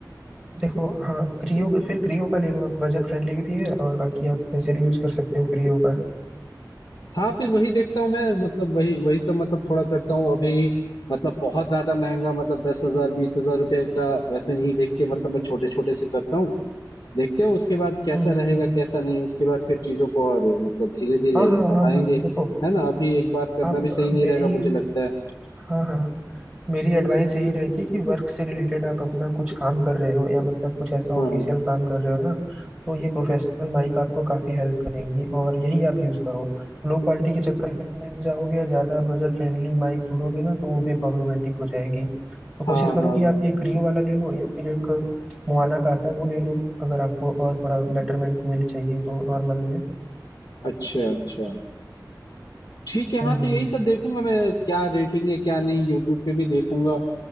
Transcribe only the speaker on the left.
हाँ फिर वही देखता हूँ मैं मतलब वही वही सब मतलब थोड़ा करता हूँ अभी मतलब बहुत ज्यादा महंगा मतलब दस हजार बीस हजार रुपये का वैसे नहीं देख के मतलब मैं छोटे छोटे से करता हूँ देखते हैं उसके बाद कैसा
रहेगा
कैसा नहीं उसके बाद फिर चीजों को और मतलब धीरे धीरे
बढ़ाएंगे
है ना अभी एक बार करना
भी सही
नहीं
रहेगा मुझे लगता है
हाँ
हाँ
हाँ हाँ
अच्छा अच्छा ठीक है
हाँ
तो यही सब देखूंगा मैं क्या रेटिंग है क्या नहीं यूट्यूब पे भी देखूंगा